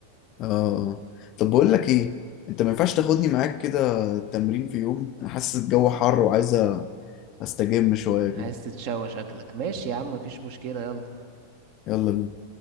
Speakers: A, on the left; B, on the right.
A: اه آه. طب بقول لك ايه انت ما ينفعش تاخدني معاك كده تمرين في يوم انا حاسس الجو حر وعايز استجم شويه كده
B: عايز تتشوى شكلك ماشي يا عم مفيش مشكلة يلا
A: يلا بينا